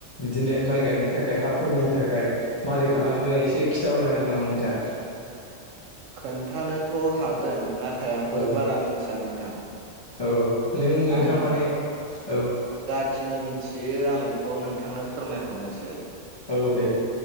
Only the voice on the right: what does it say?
औ
औ
खोन्थानोथ' हागोन नाथाय आंबो
बारा मिथिया नोंथां
आं
जाखिनि मिथियो आं बेखौ नोंथांनो फोरमायहरनोसै